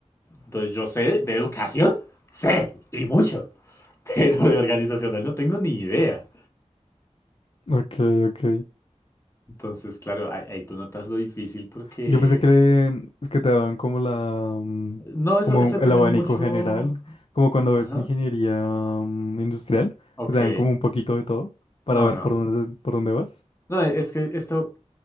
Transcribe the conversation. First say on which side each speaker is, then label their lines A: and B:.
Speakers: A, on the left; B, on the left.
A: Entonces yo sé de educación, sé, y mucho, <laughs> pero de organizacional no tengo ni idea.
B: Ok, ok.
A: Entonces, claro, ahí, ahí tú notas lo difícil porque
B: Yo pensé que, le- es que te daban como la mm,
A: No, eso,
B: como
A: eso depende
B: el abanico
A: mucho.
B: general, como cuando ves
A: Ajá.
B: ingeniería mm, industrial,
A: Ok.
B: que te dan como un poquito de todo para
A: No,
B: ver
A: no.
B: por dónde por dónde vas.
A: No, es que esto,